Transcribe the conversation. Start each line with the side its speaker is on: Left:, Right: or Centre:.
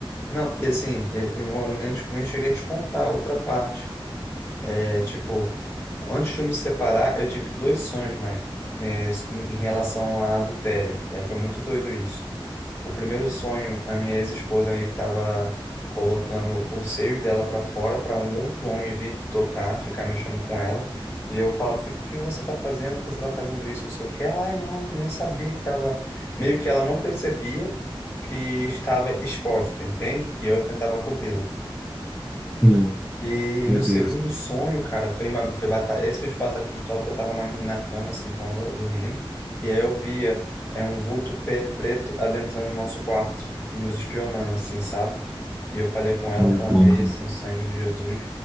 Left: Não, e assim, eu eu nem, te- nem cheguei a te contar outra parte. É, tipo, antes de eu me separar, eu tive dois sonhos, Michael, é, em relação a adultério. É, foi muito doido isso. O primeiro sonho, a minha ex-esposa meio que estava colocando os seios dela para fora para um outro homem vir tocar, ficar mexendo com ela. E eu falava assim, por que você tá fazendo? Por que você tá fazendo isso? Não sei o quê. Ela, Ai, não, eu nem sabia que tava... Meio que ela não percebia que estava exposta, entende? E eu tentava cobri-la.
Centre: Sim,
Left: E
Centre: meu
Left: no segundo
Centre: Deus,
Left: sonho, cara, foi uma, foi batalha, esse foi de batalha espiritual que eu tava na, na cama, assim, com ela, dormindo. E aí eu via, é um vulto pe- preto adentrando o nosso quarto, nos espionando, assim, sabe? E eu falei com ela,
Centre: meu
Left: clamei,
Centre: Deus.
Left: assim, o sangue de Jesus.